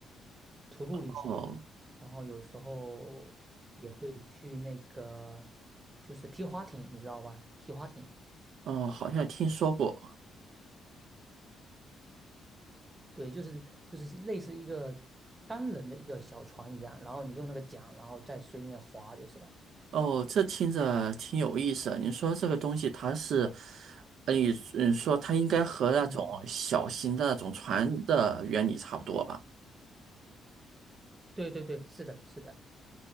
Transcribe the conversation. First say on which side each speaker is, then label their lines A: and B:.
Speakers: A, on the right; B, on the right.
A: 徒步旅行，
B: 哦，
A: 然后有时候也会去那个就是皮划艇，你知道吧？皮划艇，
B: 哦，好像听说过。
A: 对，就是就是类似一个单人的一个小船一样，然后你用那个桨，然后在水里面划就是了。
B: 哦，这听着挺有意思的你说这个东西，它是，呃你你说它应该和那种小型的那种船的原理差不多吧？
A: 嗯，对对对，是的，是的。